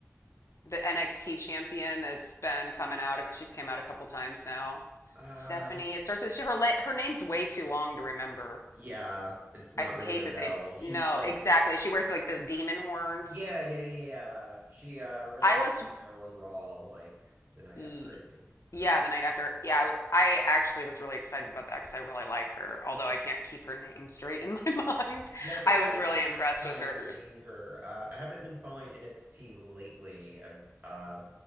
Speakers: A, on the left; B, on the right.
A: the NXT champion that's been coming out. She's came out a couple times now.
B: Uh,
A: Stephanie. It starts with she, her. la- Her name's way too long to remember.
B: yeah, it's not
A: I
B: ringing
A: hate
B: a bell.
A: that they.
B: She's
A: No,
B: like,
A: exactly. She wears like the demon horns.
B: yeah, yeah, yeah, yeah. She uh wrestled
A: I was.
B: Io on Raw like the night
A: y-
B: after, I think.
A: Yeah, the night after. Yeah, I, w- I actually was really excited about that because I really like her. Although I can't keep her name straight in my <laughs> mind,
B: Yeah, I think
A: I
B: that
A: was
B: was
A: really
B: my first
A: impressed
B: time
A: with her.
B: seeing her. Uh, I haven't been following NXT lately. I've uh,